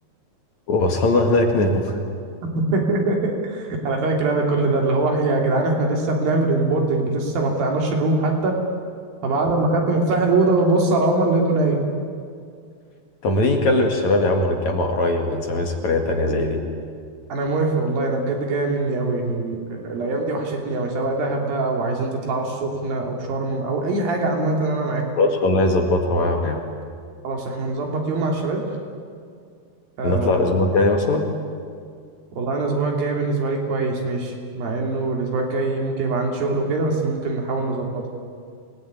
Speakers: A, on the left; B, on the right.
A: ووصلنا هناك ناموا
B: <laughs> انا فاكر انا كل ده اللي هو يا جدعان احنا لسه بنعمل امبوردنج لسه ما طلعناش الروم حتى فبعد ما خدت مفتاح الاوضه ببص على عمر لقيته نايم
A: <laughs> طب ما تيجي نكلم الشباب يا عم ونتجمع قريب ونسافر سفريه تانيه زي دي
B: انا موافق والله انا بجد جايه مني قوي ال... ال... الايام دي وحشتني قوي سواء دهب بقى او عايزين تطلعوا السخنه او شرم او اي حاجه عامه انا معاكم
A: خلاص والله يظبطها معاهم يا عم
B: خلاص احنا نظبط يوم مع الشباب آه
A: نطلع الاسبوع الجاي مثلا
B: والله انا الاسبوع الجاي بالنسبه لي كويس ماشي مع انه الاسبوع الجاي ممكن يبقى عندي شغل وكده بس ممكن نحاول نظبطه